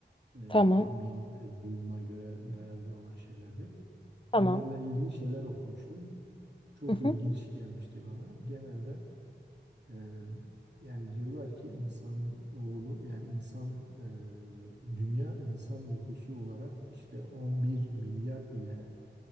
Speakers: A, on the right; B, on the left.
A: e,
B: Tamam.
A: tahmin, e, duyuma göre dayalı olan şeyler değil.
B: Tamam.
A: Onlarla ilgili şeyler okumuştum. Çok
B: Hı hı.
A: ilginç gelmişti bana. Genelde Ee, yani diyorlar ki insan oğlu yani insan e, dünya insan nüfusu olarak işte 11 milyar ile